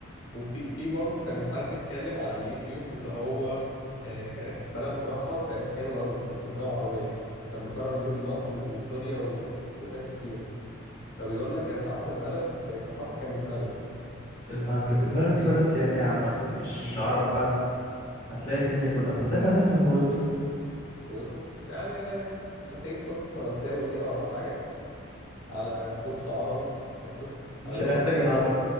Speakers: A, on the left; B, on the left.
A: وفي في برضه كان حد اتكلم على اليوتيوب اللي هو آه كانت بلد راحة وكانت حلوة قوي من البلدان العربية كان بيقارن بين مصر وسوريا و- وبلدان كتيرة فبيقول لك كانت أحسن بلد كان راحة كان المغرب
B: المغرب المغرب
A: امم
B: دي بلد سياحية عامة مش
A: امم
B: عرب بقى هتلاقي الدنيا كلها بس احنا هنفهم لغتهم
A: لغتهم يعني محتاجين كورس فرنساوي كده ولا حاجة على كورس عربي <laughs>
B: مش
A: على اللغة
B: هنحتاج
A: بتاعتهم.
B: العرب